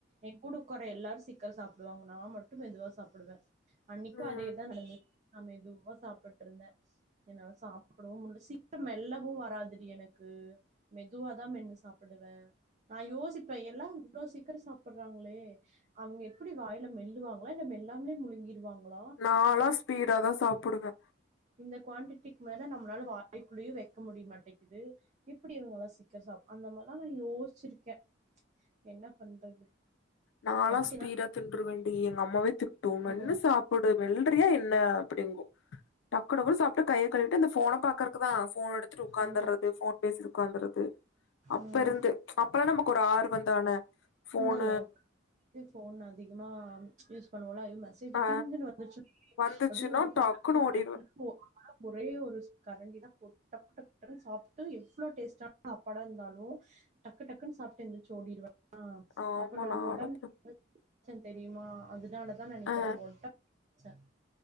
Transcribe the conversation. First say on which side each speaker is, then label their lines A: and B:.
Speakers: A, on the right; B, on the left.
A: என் கூட குறை எல்லாரு சீக்கிர சாப்பிடுவாங்க நா மட்டு மெதுவா சாப்பிடுவே அன்னைக்கு
B: ம்
A: அதேதா நடந்துது நா மெதுவா சாப்பட்ருந்தே என்னால சாப்பிடவு முடியல சீக்கிர மெல்லவு வராதுடி எனக்கு மெதுவாதா மென்னு சாப்பிடுவே நா யோசிப்பே எல்லா இவ்ளோ சீக்கிரோ சாப்பிடுறாங்களே அவுங்க எப்டி வாயில மெல்லுவாங்களா இல்ல மெல்லாமே முழுங்கிடுவாங் களா
B: நாலா
A: நம்ம
B: ஸ்பீடாதா
A: <inaudible>
B: சாப்புடுவே
A: இந்த குவான்டிட்டிக்கு மேல நம்மளால வாய்குள்ளேயே வெக்க முடிய மாட்டேங்கிது எப்டி இவங்க இவள சீக்கிர சா அந்த மாரிலா நா யோசிச்சிருக்கே என்ன பண்றது
B: நாலா
A: எப்படின்னா
B: ஸ்பீடா தின்று வேண்டி எங்க அம்மாவே திட்டு மென்னு
A: ம்
B: சாப்ப டு மெல்றியா என்ன அப்டிங்கு டக்கு டக்கு சாப்பிட்டு கையை கழுவிட்டு அந்த போன பாக் குவா ஃபோன் எடுத்துட்டு உக்காந்துறது
A: ம்
B: ஃபோன் பேசிட்டு உக்காந்துறது அப்ப
A: ம்
B: இருந்து அப்பல்லா நமக்கு ஒரு ஆர்வந்தான ஃபோன்
A: ஹலோ இது ஃபோன் அதிகமா யூஸ் பண்ணுவல்ல அய்யோ மெ சேஜ்
B: ஆ
A: டிங்கன்னு வந்துச்சு <unintelligible>
B: வந்துச்சுன்னா
A: அப்டியே <unintelligible> அதால
B: டக்குன்னு ஓடிருவேன்.
A: ஒரே ஒரு கரண்டி தா போ டக்கு டக்குன்னனு சாப்பிட்டு எவ்ளோ டேஸ்ட சாப்டா இருந்தாலு டக்கு டக்குன்னு சாப்பிட்டு எந்திரிச்சு ஓடிடுவே
B: ஆமா
A: அப்ப நா
B: நானும்
A: ஒடம்பு
B: அப்டிதான்.
A: தெரியுமா அதனாலதா நெனைக்கிறே
B: ஆ,
A: ஒடம்பு சே